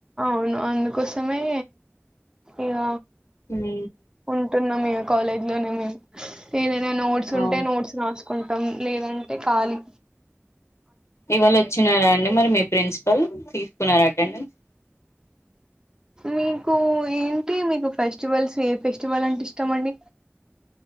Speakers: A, on the right; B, on the left.
A: అవును అందుకోసమే ఇక
B: మ్
A: ఉంటున్నాం ఇక కాలేజ్ లోనే మేము ఏదైనా నోట్స్ ఉంటే
B: అవును
A: నోట్స్ రాస్త కుంటాం లేదంటే ఖళీ
B: ఇవాళ వచ్చినారా అండి మరి మ ప్రిన్సిపల్ తీసుకున్నారు అటెండెన్స్
A: మీకు ఏంటి మీకు ఫెస్టివల్స్ ఏ ఫెస్టివల్ అంటే ఇష్టమ అండి